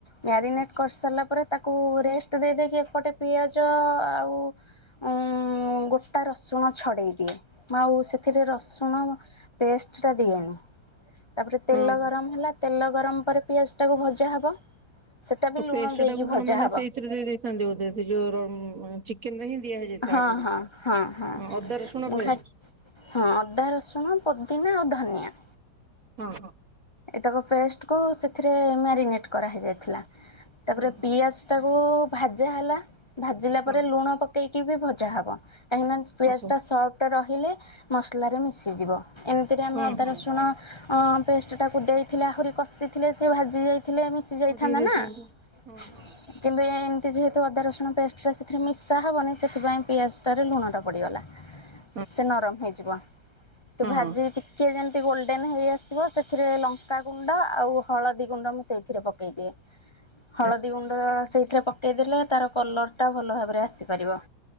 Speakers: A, on the left; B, on the right.
A: ମ୍ୟାରିନେଟ
B: ଆଚ୍ଛା
A: କରିସାରିଲା ପରେ ତାକୁ ରେଷ୍ଟ ଦେଇ ଦେଇକି ଏପଟେ ପିଆଜ ଆଉ ଉ ଗୋଟା ରସୁଣ ଛଡ଼େଇ ଦିଏ। ଆଉ ସେଥିରେ ରସୁଣ ପେଷ୍ଟଟା ଦେଇଦିଏ। ତାପରେ ତେଲ
B: ହଁ
A: ଗରମ ହେଲା ତେଲ ଗରମ ପରେ ପିଆଜ ଟାକୁ ଭଜା ହବ। ସେଟା ବି ଲୁଣ
B: ପେଷ୍ଟ
A: ଦେଇକି
B: ଟାକୁ କଣ
A: ଭଜା
B: ମାନେ
A: ହବ
B: ସେଇଥିରେ ଦେଇ ଦେଇେଇଥାନ୍ତି ବୋଧେ ସେ ଯୋଉ ଚିକେନରେ ହିଁ ଦିଆ ହେଇଯାଇଥାଏ
A: ହଁ
B: ଆଗରୁ
A: ହଁ
B: ହ
A: ହଁ ହଁ
B: ଅଦା ରସୁଣ
A: ମୁଁ
B: ପେଷ୍ଟ
A: ଖା ହଁ ଅଦା ରସୁଣ ପୋଦିନା ଆଉ ଧନିଆ
B: ହଁ ହଁ।
A: ଏତକ ପେଷ୍ଟକୁ ସେଥିରେ ମ୍ୟାରିନେଟ କରାହେଇଯାଇଥିଲା, ତାପରେ
B: ହଁ ହଁ
A: ପିଆଜ ଟାକୁ ଭାଜା ହେଲା ଭାଜିଲା
B: ହଁ
A: ପରେ ଲୁଣ ପକେଇକିବି ଭଜା ହବ। କାହିଁକିନା ପିଆଜଟା
B: ଆଚ୍ଛା
A: ସଫ୍ଟ ରହିଲେ ମସଲାରେ ମିଶିଯିବ ଏମ ଏଥିରେ ଆମେ
B: ହଁ
A: ଅଦାରସୁଣ
B: ହଁ
A: ପେଷ୍ଟଟାକୁ ଦେଇଥିଲେ ଆହୁରି କଷି ଥିଲେ ଭାଜି ହେଇଯାଇଥିଲେ। ମିଶିଯାଇଥାନ୍ତା
B: ଆଉ ଟିକେ ହେଇଥାନ୍ତା।
A: ନା। <inaudible>
B: ହଁ ହଁ
A: କିନ୍ତୁ ଏମତି ଯେହେତୁ ଅଦା ରସୁଣ ପେଷ୍ଟଟା ସେଥିରେ ମିଶା ହେବନି ସେଥିପାଇଁ ପିଆଜଟାରେ ଲୁଣଟା ପଡ଼ିଗଲା।
B: <inaudible>
A: ସେ ନରମ ହେଇଯିବ ସେ
B: ହଁ
A: ଭାଜି ଟିକେ ଯେମିତି ଗୋଲଡେନ ହେଇ ଆସିବ ସେ ଏଥିରେ ଲଙ୍କା ଗୁଣ୍ଡ ଆଉ ହଳଦୀ ଗୁଣ୍ଡ ମୁଁ ସେଇଥିରେ ପକେଇଦିଏ। ହଳଦୀ
B: ଆଚ୍ଛା ଆଚ୍ଛା।
A: ଗୁଣ୍ଡ ସେଇଥିରେ ପକେଇଦେଲେ ତାର କଲରଟା ଭଲ ଭାବରେ ଆସିପାରିବ।